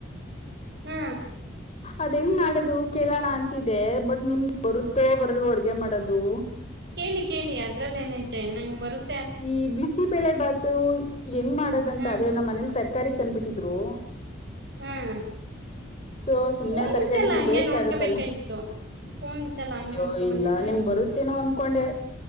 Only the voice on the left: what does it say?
ಅದ್ ಹೆಂಗ್ ಮಾಡದು ಕೇಳೋಣ ಅಂತಿದೆ ಬಟ್ ನಿಮ್ ಬರುತ್ತೋ ಬರಲ್ವೋ ಅಡ್ಗೆ ಮಾಡೋದು.
ಈ ಬಿಸಿಬೇಳೆ ಬಾತು ಹೆಂಗ್ ಮಾಡದಂತ
ಅದೇ ನಮ್ಮ್ ಮನೇಲಿ ತರಕಾರಿ ತಂದ್ಬಿಟ್ಟಿದ್ರು.
ಸೊ ಸುಮ್ನೆ
ತರಕಾರಿ
ಇದು
ವೇಸ್ಟ್
ಆಗತ್ತಲ್ಲ
ಅಯ್ಯೋ
ಇಲ್ಲ
ನಿಮ್ಗ್ ಬರುತ್ತೇನೋ ಅನ್ಕೊಂಡೆ.